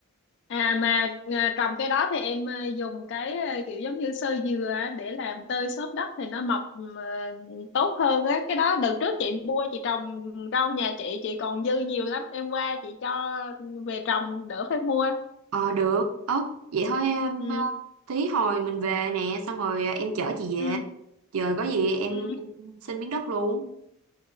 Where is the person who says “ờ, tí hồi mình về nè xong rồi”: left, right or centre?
Right